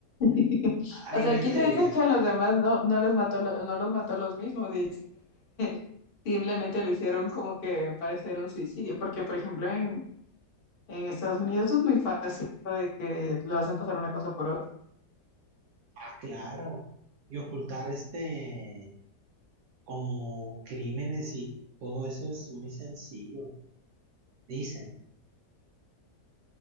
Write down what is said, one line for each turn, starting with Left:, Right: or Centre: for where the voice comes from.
Left: <laughs>
Right: ahí
Left: O sea,
Right: no hay
Left: ¿quién
Right: teoría.
Left: te dice que a los demás no, no les mató, lo- no los mató los mismos, dice. <laughs> Simplemente lo hicieron como que parecer un suicidio, porque por ejemplo en, en Estados Unidos es muy fácil eso de que lo hacen pasar una cosa por otra.
Right: Ah, claro, y ocultar este como crímenes y todo eso es muy sencillo, dicen.